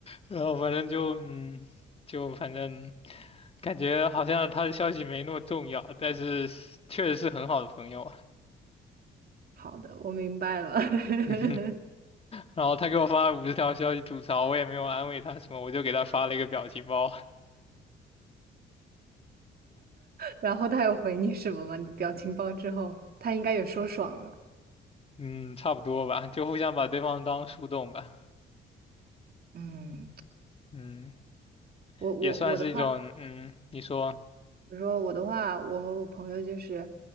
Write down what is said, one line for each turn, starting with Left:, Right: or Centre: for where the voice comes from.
Left: 然后反正就嗯，就反正感觉好像他的消息没那么重要，但是确实是很好的朋友。啊。
Right: 好的，我明白了。<laughs>
Left: <laughs> 然后他给我发了五十条消息吐槽，我也没有安慰他什么，我就给他发了一个表情包，
Right: 然后他有回你什么吗？你的表情包之后，他应该也说爽了。
Left: 嗯，差不多吧，就互相把对方当树洞吧，
Right: 嗯，
Left: 嗯，
Right: 我我我的话。
Left: 也算是一种，嗯，你说
Right: 比如说我的话，我和我朋友就是